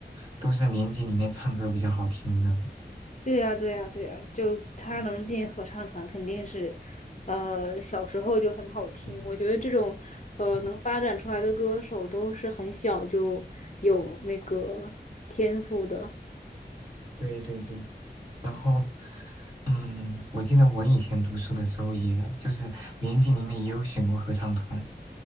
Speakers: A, on the right (about 25°); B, on the left (about 45°).
A: 都是年级里面唱歌比较好听的。
B: 对呀，对呀，对呀，就他能进合唱团，
A: 嗯
B: 肯定是，呃，小时候就很好听。
A: 嗯
B: 我觉得这种，呃，
A: 嗯，
B: 能发展出来的歌手都是很小就有那个天赋的。
A: 对对对。然后。嗯，我记得我以前读书的时候也，就是年级里面也有选过合唱团，